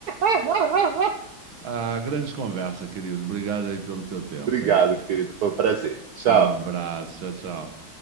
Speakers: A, on the right; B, on the right.
A: <laughs>
B: Ah, grande conversa, querido. Obrigado aí pelo teu tempo,
A: Obrigado,
B: hein?
A: querido, foi um prazer. Tchau.
B: Um abraço, tchau, tchau.